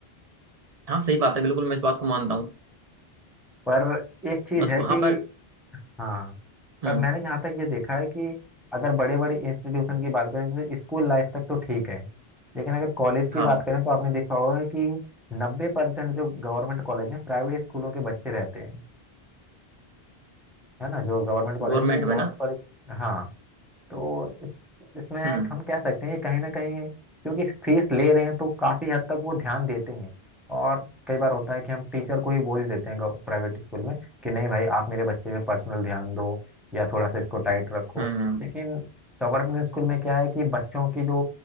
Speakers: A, on the right; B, in the centre.
A: हाँ सही बात है बिल्कुल मैं इस बात को मानता हूँ
B: पर एक चीज
A: बस
B: है
A: वहां
B: कि
A: पर
B: हाँ पर
A: हम्म
B: मैंने जहाँ तक ये देखा है कि अगर बड़े बड़े इंस्टीट्यूशन की बात करें जैसे स्कूल लाइफ तक तो ठीक है लेकिन अगर कॉलेज की
A: हाँ
B: बात करें तो आपने देखा होगा कि नब्बे परसेंट जो गवर्नमेंट कॉलेज में प्राइवेट स्कूलों के बच्चे रहते हैं है ना जो गवर्नमेंट कॉलेज
A: गवर्नमेंट
B: है क्योंकि
A: में
B: गवर्नमेंट
A: ना
B: कॉलेज हाँ तो इस, इसमें
A: हम्म
B: हम कह सकते हैं कि कहीं ना कहीं क्योंकि फीस ले रहे हैं तो काफी हद तक वो ध्यान देते हैं और कई बार होता है कि हम टीचर को ही बोल देते हैं प्राइवेट स्कूल में कि नहीं भाई आप मेरे बच्चे पे पर्सनल ध्यान दो या थोड़ा सा इसको टाइट रखो
A: हम्म
B: लेकिन गवर्नमेंट स्कूल में क्या है कि बच्चों की जो